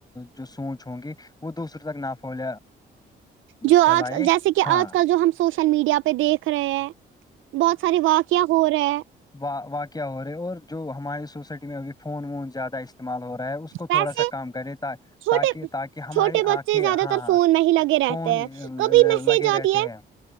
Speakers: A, on the left; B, on the right.
A: جو سوچ ہوں گے وہ دوسروں تک نہ پھول
B: جو
A: پھیلائے
B: آج جیسے کہ
A: ہاں
B: آج کل جو ہم سوشل میڈیا پہ دیکھ رہے ہیں بہت سارے واقعہ ہو رہے ہیں
A: و واقع ہو رہے اور جو ہماری سوسائٹی میں ا فون وون زیادہ استعمال ہو رہا ہے اس کو تھوڑا
B: ویسے
A: سا کام کرے
B: چھوٹے
A: تاکہ تاکہ ہماری
B: چھوٹے بچے
A: آنکھ کہ
B: زیادہ
A: ہاں
B: تر
A: ہاں
B: فون میں ہی لگے رہتے
A: فون
B: ہیں کبھی میسج
A: لگے رہتے
B: آتی ہے
A: ہیں